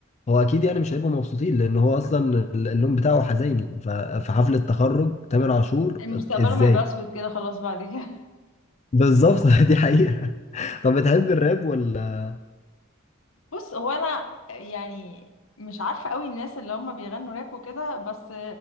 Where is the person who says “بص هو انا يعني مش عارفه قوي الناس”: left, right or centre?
Left